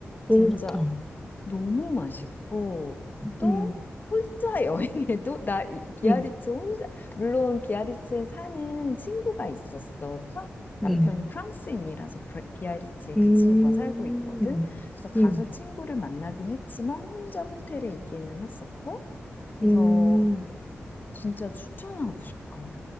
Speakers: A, in the centre; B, on the left.
A: 너무
B: 진짜
A: 좋다.
B: 너무 맛있고
A: 음,
B: 또 혼자 <laughs> 여행해도 나 이- 비아리츠
A: 음,
B: 혼자 물론 비아리츠에 사는 친구가 있었어. 프랑- 남편이
A: 음,
B: 프랑스인이라서 브레- 비아리츠에 그
A: 음,
B: 친구가 살고 있거든. 그래서 가서
A: 음,
B: 친구를 만나긴 했지만 혼자 호텔에 있기는 했었고 그래서
A: 음.
B: 진짜 추천하고 싶어.